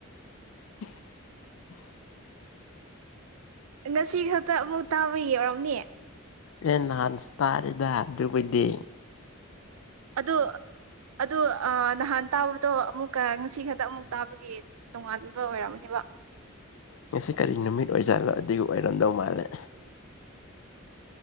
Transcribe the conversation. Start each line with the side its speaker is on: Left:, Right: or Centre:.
Left: <unintelligible>
Right: ꯉꯁꯤ ꯈꯛꯇ ꯑꯃꯨꯛ ꯇꯥꯕ ꯌꯧꯔꯝꯅꯦ
Left: ꯄꯟꯍꯥꯟꯁ ꯇꯥꯔꯤꯗ ꯗꯕꯩꯗꯤ
Right: ꯑꯗꯨ ꯑꯗꯨ ꯅꯍꯥꯟ ꯇꯥꯕꯗꯣ ꯑꯃꯨꯛꯀ ꯉꯁꯤ ꯈꯛꯇ ꯑꯃꯨꯛ ꯇꯥꯕꯒꯤ ꯇꯣꯉꯥꯟꯕ ꯑꯣꯏꯔꯝꯅꯦꯕ
Left: ꯉꯁꯤ ꯀꯔꯤ ꯅꯨꯃꯤꯠ ꯑꯣꯏꯖꯥꯠꯂꯣ ꯑꯗꯨ ꯑꯣꯏꯔꯃꯗꯧ ꯃꯥꯜꯂꯦ